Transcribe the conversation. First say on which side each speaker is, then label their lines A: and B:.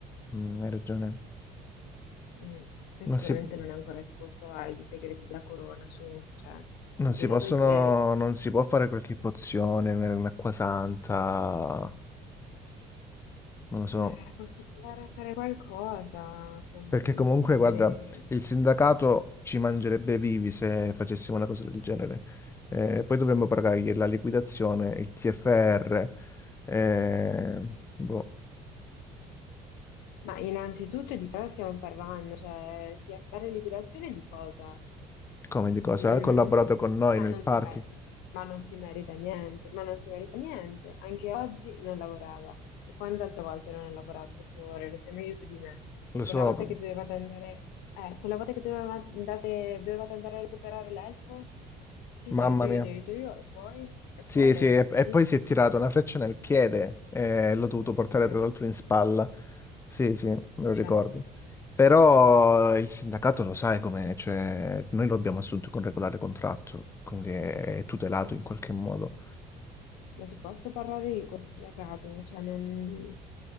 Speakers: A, on the left; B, on the left.
A: Mm, hai ragione.
B: Mm, Poi sicuramente
A: Non si,
B: non è ancora esposto ai segreti della corona, su, cioè, sembri
A: non si
B: nato
A: possono,
B: ieri.
A: non si può fare qualche pozione un'acqua santa, non lo so.
B: Eh, posso provare a fare qualcosa con
A: Perché comunque,
B: delle...
A: guarda, il sindacato ci mangerebbe vivi se facessimo una cosa del genere. Eh, poi dovremmo pagargli la liquidazione, il TFR, eh, boh,
B: Ma innanzitutto di cosa stiamo parlando? Cioè, TFR liquidazione di cosa?
A: come di cosa.
B: non,
A: Ha collaborato
B: non- non si,
A: con noi
B: ma,
A: nel
B: non
A: party,
B: si mer- ma non si merita niente, ma non si merita niente. Anche oggi non lavorava. E quante altre volte non ha lavorato, per favore, lo sai meglio tu di me.
A: lo
B: Quella
A: so,
B: volta che dovevate andare, eh, quella volta che dovevate, andate- dovevate andare a recuperare l'elfo? Sì,
A: mamma
B: ti aiuto io,
A: mia.
B: ti aiuto io, e poi, e poi
A: Sì,
B: lei
A: sì,
B: mi
A: e,
B: ha più
A: e
B: visto?
A: poi si è tirato
B: No.
A: una freccia nel piede e l'ho dovuto portare
B: Eh,
A: tra l'altro in spalla. Sì, sì, me lo
B: cioè,
A: ricordo. Però il sindacato lo sai com'è, cioè noi lo abbiamo assunto con regolare contratto, quindi è tutelato
B: oh,
A: in qualche modo.
B: Ma ci posso parlare io col sindacato? Cioè, non...